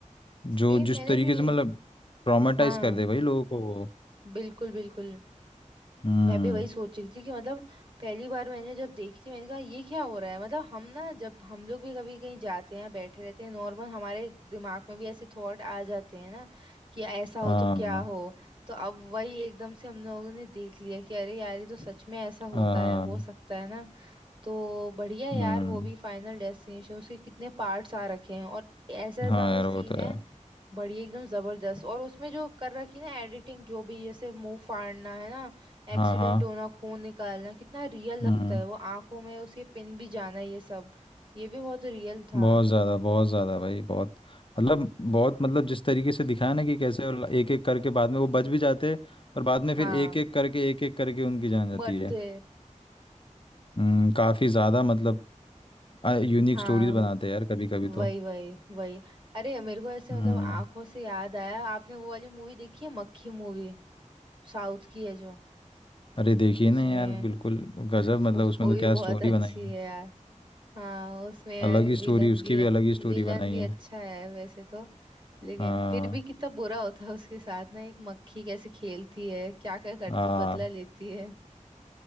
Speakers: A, on the right; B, on the left.
A: सेम
B: जो जिस
A: मैंने
B: तरीके
A: भी
B: से मतलब ट्रॉमेटाइज
A: हाँ
B: कर दे भाई लोगों को वो
A: बिल्कुल बिल्कुल
B: हम्म
A: मैं भी वही सोच रही थी कि मतलब पहली बार मैंने जब देखी थी मैंने कहा ये क्या हो रहा है मतलब हम ना जब हम लोग भी कभी कहीं जाते हैं बैठे रहते हैं नॉर्मल हमारे दिमाग में भी ऐसे थॉट आ जाते हैं ना कि ऐसा हो
B: हाँ
A: तो क्या
B: हाँ
A: हो तो अब वही एकदम से हम लोगों ने देख लिया कि अरे यार ये तो सच में ऐसा
B: हाँ,
A: होता है हो सकता है ना तो बढ़िया यार
B: हम्म
A: वो भी फाइनल डेस्टिनेशन उसके कितने पार्ट्स आ रखे हैं और ऐसा ऐसा
B: हाँ
A: मतलब
B: यार
A: सीन
B: वो तो
A: है
B: है
A: बढ़िया एकदम जबरदस्त और उसमें जो कर रखी ना एडिटिंग जो भी जैसे मुंह फाड़ना है ना एक्सीडेंट
B: हाँ हाँ
A: होना खून निकालना कितना रियल
B: हम्म।
A: लगता है वो आंखों में उसके पिन भी जाना ये सब ये भी बहुत रियल था
B: बहुत ज़्यादा बहुत ज़्यादा भाई बहुत मतलब बहुत मतलब जिस तरीके से दिखाया ना कि कैसे एक एक करके बाद में वो बच भी जाते पर बाद में फिर
A: हाँ
B: एक एक करके एक एक करके उनकी जान जाती
A: मरते
B: है हम्म काफ़ी ज़्यादा मतलब यूनिक
A: हाँ
B: स्टोरीज बनाते हैं यार कभी कभी
A: वही
B: तो
A: वही वही अरे मेरे को ऐसे
B: हम्म
A: मतलब आंखों से याद आया आपने वो वाली मूवी देखी है मक्खी मूवी साउथ की है जो
B: अरे देखिए
A: जिसमें
B: ना यार बिल्कुल गजब मतलब
A: वो
B: उसमें तो
A: भी
B: क्या
A: बहुत
B: स्टोरी
A: अच्छी
B: बनाई है
A: है यार हाँ उसमें
B: अलग ही स्टोरी
A: विलन
B: उसकी
A: भी
B: भी अलग ही स्टोरी
A: विलन
B: बनाई
A: भी
B: है
A: अच्छा है वैसे तो लेकिन
B: हाँ
A: फिर भी कितना बुरा होता है उसके साथ ना एक मक्खी कैसे खेलती है क्या क्या करती
B: हाँ
A: बदला लेती है